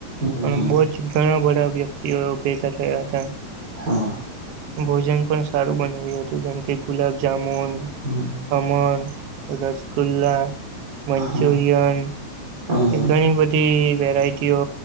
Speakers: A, on the right (about 25°); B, on the right (about 65°).
A: હમ
B: પણ બહ જ ઘણા બધા વ્યક્તિઓ ભેગા થ્યા હતા
A: હા
B: ભોજન પણ સારું બનાવ્યું હતું જેમ કે ગુલાબ જામુન
A: હા.
B: અમન, રસગુલ્લા. મંચુરિયન
A: હા હા
B: એ ઘણી બધી વેરાયટીઓ